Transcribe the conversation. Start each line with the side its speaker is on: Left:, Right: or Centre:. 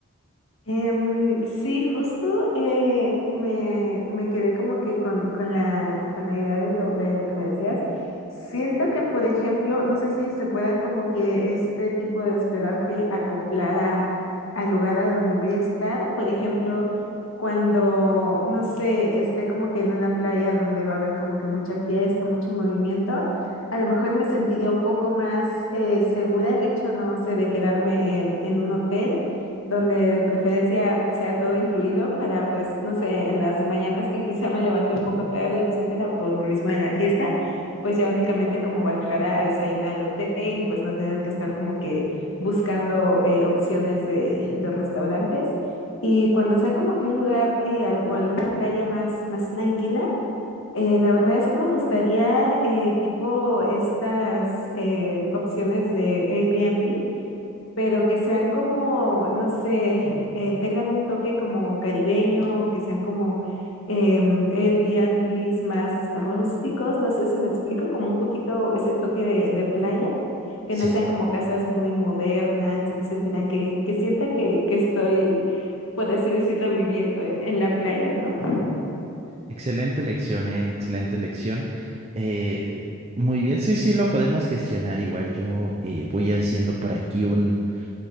Left: Em, sí, justo eh, me, me quedé como que con, con la, con la idea de lo, de lo que me decías. Siento que, por ejemplo, no sé si se puedan como que este tipo de hospedaje acoplar a, al lugar a donde voy a estar. Por ejemplo, cuando, no sé, esté como que en una playa donde va a haber como que mucha fiesta, mucho movimiento. A lo mejor me sentiría un poco más eh, segura el hecho, no sé, de quedarme en, en un hotel donde de preferencia sea todo incluido para, pues, no sé, en las mañanas que quizá me levante un poco tarde, etcétera, por lo mismo de la fiesta, pues ya únicamente como bajar a, a desayunar al hotel y pues no tener que estar como que buscando eh, opciones de, de restaurantes. Y cuando sea como que un lugar eh, algo- alguna playa más, más tranquila, eh, la verdad es que me gustaría eh, tipo estas eh, opciones de Airbnb pero que sean como, no sé, eh, tengan un toque como caribeño, o que sean como em, Airbnbs más rústicos, no sé si me explico, como un poquito ese toque de, de playa, que
Right: Sí,
Left: no sean como casas muy modernas, etcétera, que, que sienta que, que estoy, por así decirlo, viviendo en, en la playa, ¿no?
Right: excelente lección, eh, excelente lección. Eh, muy bien, sí, sí, lo podemos gestionar igual. Yo eh, voy haciendo por aquí una